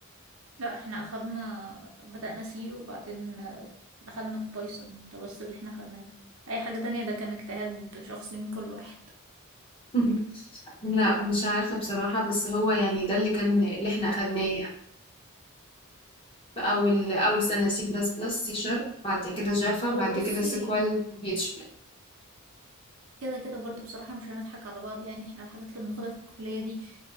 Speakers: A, on the right; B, on the left.
A: لا احنا اخدنا بدأنا سي وبعدين آه، دخلنا في بايثون ده بس اللي احنا اخدناه اي حاجة تانية ده كان اجتهاد شخصي من كل واحد
B: <laughs> لا مش عارفة بصراحة بس هو يعني ده اللي كان اللي احنا اخدناه يعني في اول اول سنة سي بلس بلس سي شارب بعد كده جافا
A: هو
B: بعد
A: بصي
B: كده سيكوال بي اتش بي
A: كده كده برضو بصراحة مش هنضحك على بعض يعني احنا الحاجات اللي بناخدها في الكلية دي